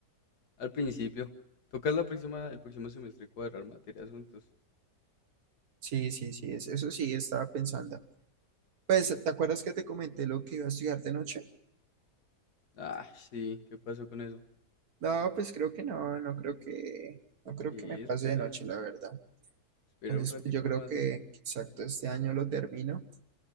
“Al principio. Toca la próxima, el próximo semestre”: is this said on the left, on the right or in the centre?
Left